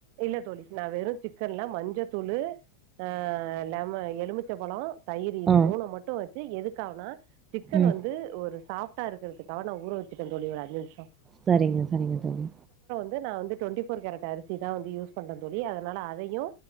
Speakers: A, on the right; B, on the right.
A: இல்ல தோழி நா வெறும் சிக்கன்லா மஞ்ச தூளு ஆ லெம எலுமிச் ச்ச பழம் தயிர் இது
B: ஆ
A: மூணு மட்டு வச் இது எதுக்காவனா சிக்கன்
B: ம்
A: வந்து ஒரு சாப் டா இருக்கறதுக்காக நா ஊற வச்சிட்ட தோழி ஒரு அஞ்சு நிமிஷம்
B: சரிங்க சரிங்க தோழி
A: ந்து நா வந்து டுவென்டி ஃபோர் கேரட் அரி சிதா வந்து யூஸ் பண்ற தோழி அதனால அதையு